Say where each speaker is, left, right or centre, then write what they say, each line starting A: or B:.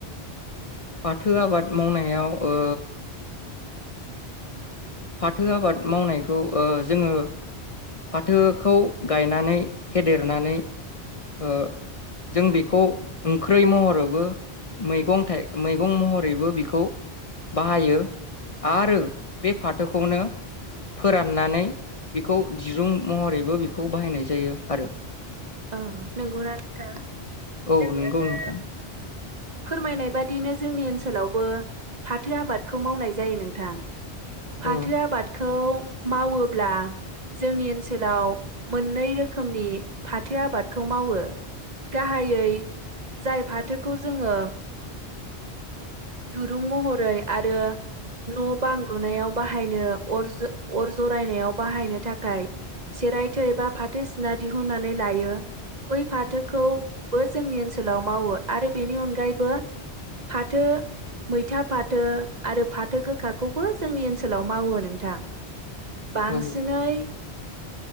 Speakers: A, on the left (about 40°); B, on the right (about 45°).
A: थो आबाद मावनायाव ओ फाथो आबाद मावनायखौ ओ जोङो फाथोखौ गायनानै फेदेरनानै ओ जों बेखौ ओंख्रै महरैबो मैगं थाइ मैगं महरैबो बेखौ बाहायो आरो बे फाथ फाथो खौनो फोराननानै बेखौ दिरुं महरैबो बेखौ बाहायनाय जायो आरो
B: अ नोंगौना नोंथां
A: औ
B: नोंथाङा
A: नंगौ नोंथां
B: फोरमायनाय बादिनो जोंनि ओनसोलावबो फाथो आबादखौ मावनाय जायो नोंथां फाथो
A: औ
B: आबादखौ मावोब्ला जोंनि ओनसोलाव मोननै रोखोमनि फाथो आबादखौ मावो। गाहायै जाय फाथोखौ जोङो दुरुं महरै आरो न बां लुनायाव बाहायनो अर अर जरायनायाव बाहायनो थाखाय सेरायथै बा फाथो सिना दिहुननानै लायो। बै फाथोखौबो जोंनि ओनसोलाव मावो आरो बेनि अनगायैबो फाथो मैथा फाथो आरो फाथो गोखाखौबो जोंनि ओनसोलाव मावो नोंथां। बांसिनै
A: औ